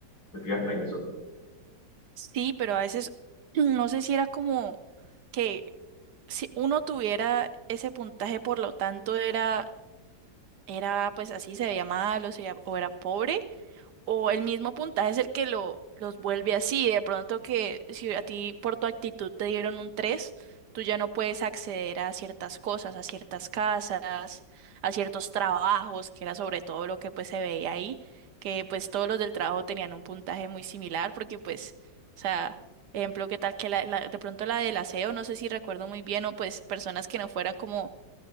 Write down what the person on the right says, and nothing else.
Sí, pero a veces <clears throat> no sé si era como que si uno tuviera ese puntaje, por lo tanto era, era pues así, se veía mal o, se veía- o era pobre, o el mismo puntaje es el que lo, los vuelve así. De pronto que si a ti por tu actitud te dieron un tres tú ya no puedes acceder a ciertas cosas, a ciertas casas, a ciertos trabajos, que era sobre todo lo que pues se veía ahí, que pues todos los del trabajo tenían un puntaje muy similar porque pues, o sea, ejemplo, qué tal que la, la- de pronto la del aseo, no sé si recuerdo muy bien, o pues personas que no fueran como